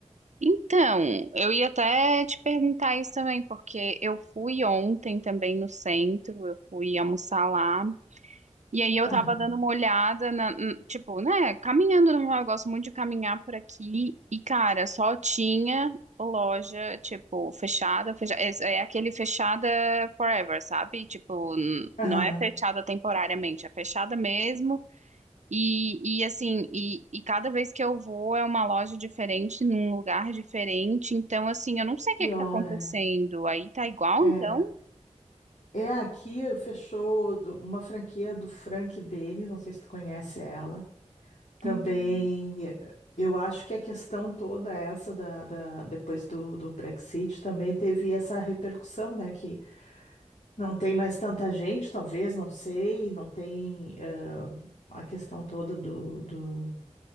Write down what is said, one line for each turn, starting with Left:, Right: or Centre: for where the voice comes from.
Right: Então, eu ia até te perguntar isso também, porque eu fui ontem também no centro, eu fui almoçar lá. E aí eu tava
Left: Aham,
Right: dando uma olhada na, n- tipo, né, caminhando normal, eu gosto muito de caminhar por aqui e cara, só tinha loja, tipo, fechada, fecha, é, é aquele fechada forever, sabe? Tipo, n-
Left: aham.
Right: não é fechada temporariamente, é fechada mesmo. E, e assim, e, e cada vez que eu vou é uma loja diferente, num lugar diferente. Então, assim, eu não sei o
Left: Piora.
Right: que que tá acontecendo. Aí tá igual,
Left: É,
Right: então?
Left: é aqui fechou do- uma franquia do Frank Beni, não sei se tu conhece ela. Também
Right: Hum.
Left: eh, eu acho que a questão toda essa da, da- depois do, do Brexit também teve essa repercussão, né? Que não tem mais tanta gente, talvez, não sei, não tem eh, a questão toda do, do-